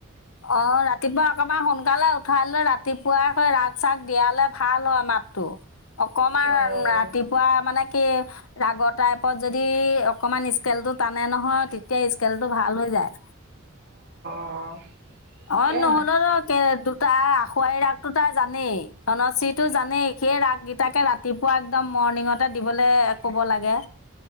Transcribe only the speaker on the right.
অ',
অ'। তাকেহে।